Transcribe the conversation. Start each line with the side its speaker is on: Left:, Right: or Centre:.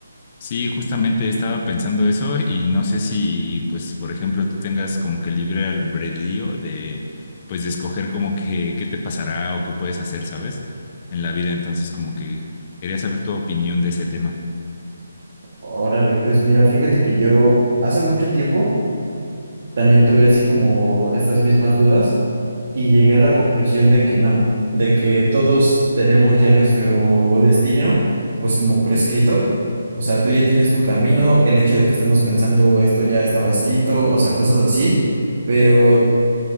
Left: Sí, justamente estaba pensando eso y no sé si, pues, por ejemplo, tú tengas como que libre albedrío de, pues, de escoger como que qué te pasará o qué puedes hacer, ¿sabes? En la vida, entonces como que quería saber tu opinión de ese tema.
Right: Órale, pues mira, fíjate que yo hace mucho tiempo también tuve así como estas mismas dudas y llegué a la conclusión de que no, de que todos tenemos ya nuestro destino, pues como prescrito. O sea, tú ya tienes tu camino, el hecho de que estemos pensando esto ya estaba escrito, o sea, cosas así. Pero